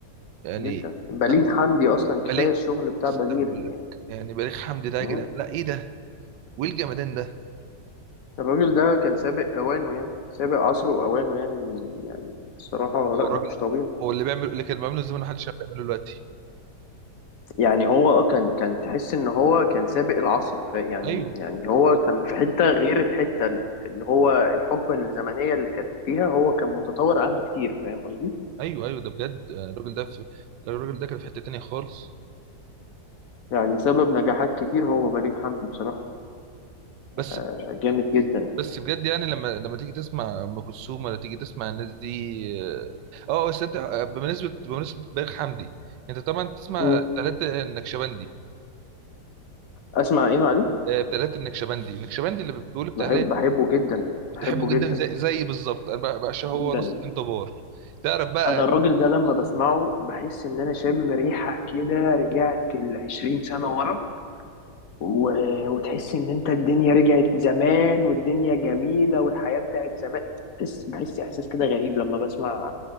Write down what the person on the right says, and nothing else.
يعني
أه،
بليغ
لسه
هقول لك
يعني بليغ حمدي ده يا
جدعان لا ايه ده وايه الجمدان ده
هو
الراجل
هو اللي بيعمل اللي كان بيعمله زمان محدش عارف يعمله دلوقتي
ايوه
ايوه ايوه ده بجد آه، الراجل ده في الراجل ده كان في حته تانيه خالص
بس
بس بجد يعني لما لما تيجي تسمع ام كلثوم ولا تيجي تسمع الناس دي اه آه، بس انت آه، بمناسبه بمناسبه بليغ حمدي انت طبعا تسمع
تلاتة النكشبندي
آه، تلاتة النكشبندي النكشبندي اللي بيقول بتاع
ليه
بتحبه
جدا
زي زي بالظبط انا بقى- بعشقه هو
نص الدين طبار تعرف بقى